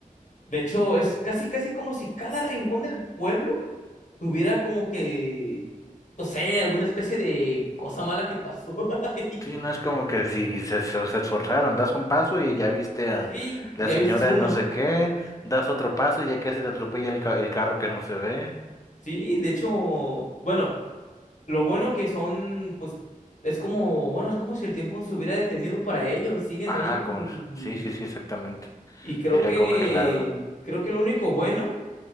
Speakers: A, on the left; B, on the left.
A: De hecho, es casi, casi como si cada rincón del pueblo tuviera como que, no sé, alguna especie de cosa mala que pasó <laughs> ahí.
B: Sí, no es como que si se, se- se esforzaron, das un paso y ya viste a
A: Sí,
B: la
A: ya
B: señora
A: viste uno.
B: de no sé qué, das otro paso y ya casi te atropella el, ca- el carro que no se ve.
A: Sí, de hecho, bueno, lo bueno que son, pues, es como, bueno, es como si el tiempo se hubiera detenido para ellos, siguen
B: Ajá,
A: ahí.
B: como,
A: Y,
B: sí, sí, sí, exactamente.
A: y creo
B: Diría
A: que,
B: congelado.
A: creo que lo único bueno